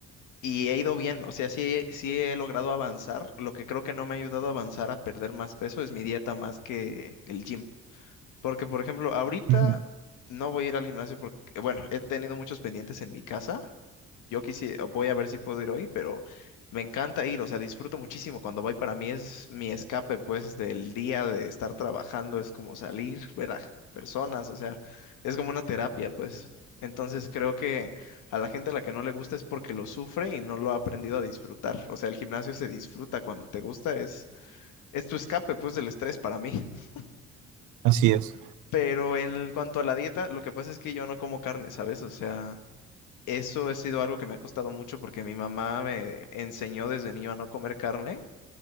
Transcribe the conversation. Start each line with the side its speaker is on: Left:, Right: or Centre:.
Left: y he ido bien. O sea, sí, sí he logrado avanzar. Lo que creo que no me ha ayudado a avanzar a perder más peso es mi dieta más que el gym. Porque, por ejemplo, ahorita
Right: Ujú,
Left: no voy a ir al gimnasio porque, bueno, he tenido muchos pendientes en mi casa. Yo quisiera, voy a ver si puedo ir hoy, pero me encanta ir, o sea, disfruto muchísimo. Cuando voy para mí es mi escape, pues, del día de estar trabajando, es como salir, ver a personas, o sea, es como una terapia, pues. Entonces creo que a la gente a la que no le gusta es porque lo sufre y no lo ha aprendido a disfrutar. O sea, el gimnasio se disfruta cuando te gusta, es, es tu escape, pues, del estrés para mí. <laughs>
Right: Así es.
Left: Pero en cuanto a la dieta, lo que pasa es que yo no como carne, ¿sabes? O sea... Eso ha sido algo que me ha costado mucho porque mi mamá me enseñó desde niño a no comer carne